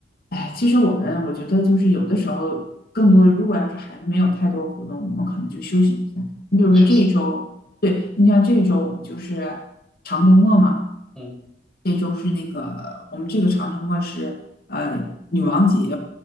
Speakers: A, on the left; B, in the centre.
A: 哎，其实我们我觉得就是有的时候，更多如果要是孩子没有太多活动，我们可能就休息一下。你比如说这一周，
B: 休息。
A: 对，你像这一周我们就是长周末嘛，
B: 嗯
A: 这周是那个我们这个长周末是呃女王节，